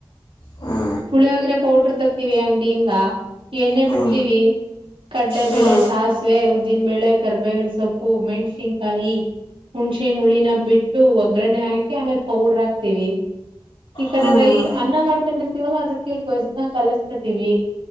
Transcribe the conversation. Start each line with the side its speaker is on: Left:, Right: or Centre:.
Left: ಹ್ಞೂ
Right: ಪುಳಿಯೋಗ್ರ ಪೌಡ್ರ ತತ್ತೀವಿ ಅಂಗಡಿಯಿಂದ. ಎಣ್ಣೇ
Left: ಹ್ಞೂ
Right: ಬಿಡ್ತೀವಿ ಕಡಲೆ
Left: ಹ್ಞೂ
Right: ಬೆಳೆ ಸಾಸಿವೆ ಉದ್ದ ಉದ್ದಿನ ಬೇಳೆ ಕರ್ಬೇವಿನ ಸೊಪ್ಪು ಮೆಣ್ಸಿನ್ಕಾಯಿ ಹುಣ್ಸೆನ್ ಹುಳಿನ ಬಿಟ್ಟು ಒಗ್ಗರಣೆ ಹಾಕಿ ಆಮೇಲೆ ಪೌಡ್ರ ಹಾಕ್ತೇವಿ ಈ ಕಡೆ
Left: ಹ್ಞೂ
Right: ರೈ
Left: ಹ್ಞೂ
Right: ಅನ್ನ ಮಾಡ್ಕೊಂಡಿರ್ತ ವಲ್ಲ ಅದಕ್ಕೆ ಗೊಜ್ನ ಕಲಸ್ಕತಿ ವಿ